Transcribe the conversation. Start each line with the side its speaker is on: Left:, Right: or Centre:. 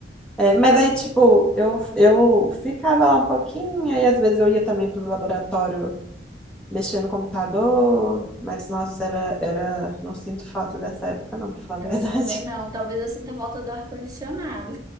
Centre: É, mas aí, tipo, eu, eu ficava lá um pouquinho, aí às vezes eu ia também pro laboratório mexer no computador, mas nossa, era, era, não sinto falta dessa época, não, pra falar
Right: Eu
Centre: a verdade.
Right: também não. Talvez eu sinta falta do ar-condicionado.